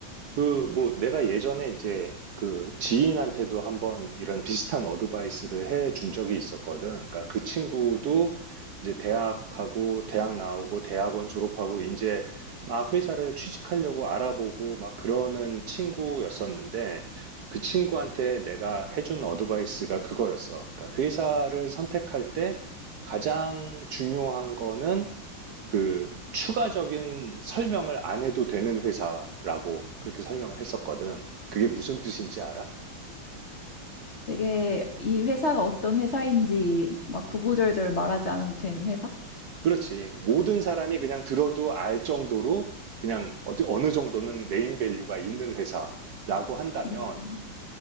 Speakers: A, on the right (about 65°); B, on the left (about 40°).
A: 그, 뭐, 내가 예전에 이제 그 지인한테도 한번 이런 비슷한 어드바이스를 해 준 적이 있었거든. 그러니까 그 친구도 이제 대학하고, 대학 나오고, 대학원 졸업하고, 이제 막 회사를 취직하려고 알아보고 막 그러는 친구였었는데, 그 친구한테 내가 해준 어드바이스가 그거였어. 그러니까 회사를 선택할 때 가장 중요한 거는 그 추가적인 설명을 안 해도 되는 회사라고 그렇게 설명을 했었거든. 그게 무슨 뜻인지 알아?
B: 되게 이 회사가 어떤 회사인지 막 구구절절 말하지 않아도 되는 회사?
A: 그렇지. 모든 사람이 그냥 들어도 알 정도로 그냥 어디- 어느 정도는 네임 밸류가 있는 회사라고 한다면
B: 음,